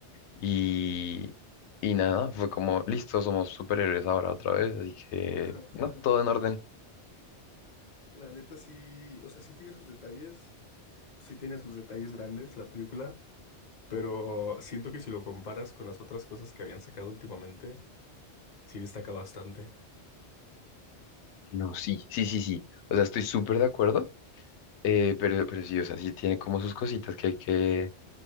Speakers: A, on the left; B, on the left.
A: y, y nada, fue como, listo, somos superhéroes ahora otra vez, así que,
B: <laughs> Ajá.
A: no, todo en orden.
B: La neta sí, o sea, sí tiene sus detalles, sí tiene sus detalles grandes la película, pero siento que si lo comparas con las otras cosas que habían sacado últimamente, sí destaca bastante.
A: No, sí, sí, sí, sí. O sea, estoy súper de acuerdo Eh, pero, pero sí, o sea, sí tiene como sus cositas que hay que,